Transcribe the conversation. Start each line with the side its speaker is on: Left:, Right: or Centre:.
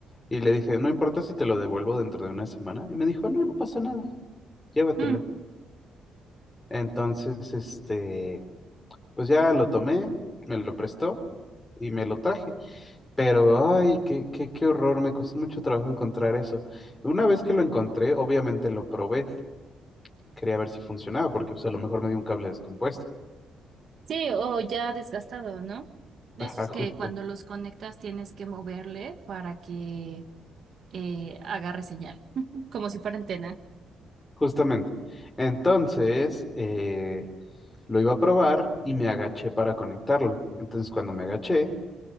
Left: Y le dije, no importa si te lo devuelvo dentro de una semana. Y me dijo, no, no pasa nada, llévatelo.
Right: mm.
Left: Entonces, este, pues ya lo tomé, me lo prestó y me lo traje. Pero, ay, qué, qué, qué horror, me costó mucho trabajo encontrar eso. Una vez que lo encontré, obviamente lo probé. Quería ver si funcionaba, porque pues a lo mejor me dio un cable descompuesto.
Right: Sí, o ya desgastado, ¿no? De
Left: Ajá,
Right: esos
Left: justo.
Right: que cuando los conectas tienes que moverle para que eh, agarre señal, <laughs> como si fuera antena,
Left: Justamente. Entonces, eh, lo iba a probar y me agaché para conectarlo. Entonces, cuando me agaché,